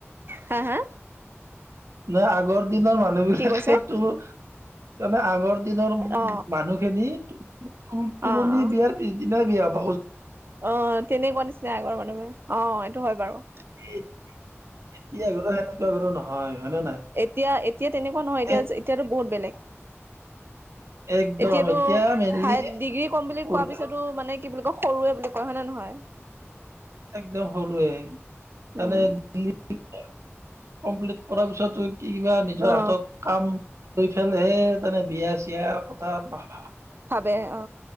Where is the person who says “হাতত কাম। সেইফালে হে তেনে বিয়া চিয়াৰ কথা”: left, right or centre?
Right